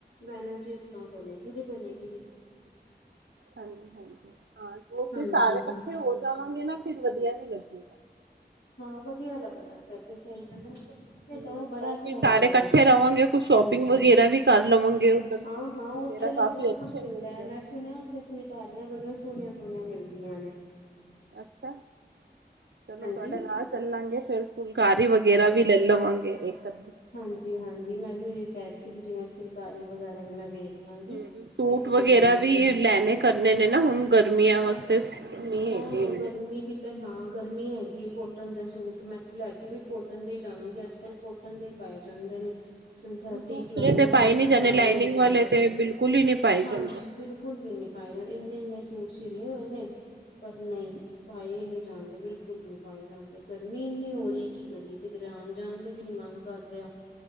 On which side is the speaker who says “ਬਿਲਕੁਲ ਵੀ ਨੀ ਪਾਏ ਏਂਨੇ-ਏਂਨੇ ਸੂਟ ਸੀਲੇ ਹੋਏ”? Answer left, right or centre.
Left